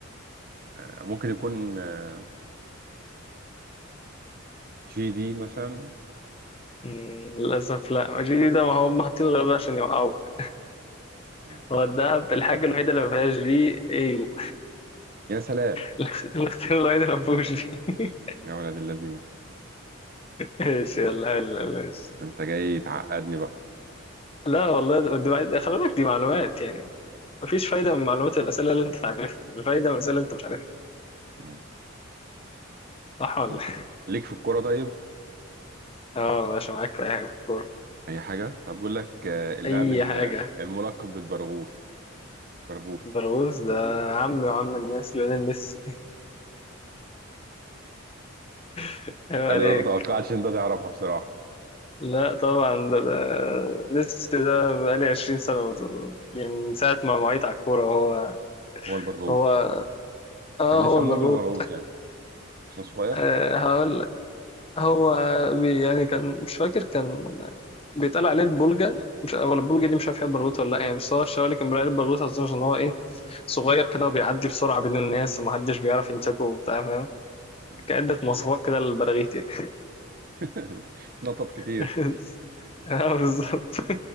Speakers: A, on the right (about 45°); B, on the left (about 30°).
A: آه، ممكن يكون آه، جي دي مثلا
B: مم، للأسف لا ما جي ده ما هو هم حاطينه غير بقى عشان يوقعوك
A: آه،
B: هو الدهب الحاجة الوحيدة اللي ما فيهاش دي ايوه
A: يا سلام
B: <laughs> الاختيار الوحيد اللي ما فيهوش دي <laughs>
A: يا ولد الذين
B: ايش يلا يلا ماشي
A: انت جاي تعقدني بقى
B: لا والله ده- دي معلومات- خلي بالك دي معلومات يعني مفيش فايدة من معلومات الأسئلة اللي أنت عارفها الفايدة من الأسئلة اللي أنت مش عارفها
A: مم.
B: صح ولا
A: طب
B: <laughs>
A: ليك في الكوره طيب
B: اه ماشي معاك في أي حاجة في الكورة
A: اي حاجه طب بقول لك آه، اللاعب
B: أي
A: ال-
B: حاجة
A: الملقب بالبرغوث برغوت
B: برغوث ده عم وعم الناس ليونيل ميسي <laughs> ايوه
A: انا ما توقعتش ان ده تعرفها بصراحه
B: لا طبعا ده, ده ميسي ده بقالي 20 سنة بت- يعني من ساعة ما وعيت على الكورة هو
A: هو البرغوت
B: هو اه
A: طب ليه
B: هو
A: سموه
B: المرغوب
A: بالبرغوت يعني عشان صغير
B: آه هقول لك. هو بي يعني كان مش فاكر كان بيتقال عليه البولجا مش ولا البولجا دي مش عارف هي برغوت ولا لا يعني بس هو الشوالي اللي كان بيقال عليه البرغوت عشان هو ايه صغير كده وبيعدي بسرعة بين الناس ومحدش بيعرف يمسكه وبتاع فاهم
A: مم.
B: كعدة مواصفات كده للبراغيث يعني
A: <laughs> نطط كتير
B: <laughs> آه، بالظبط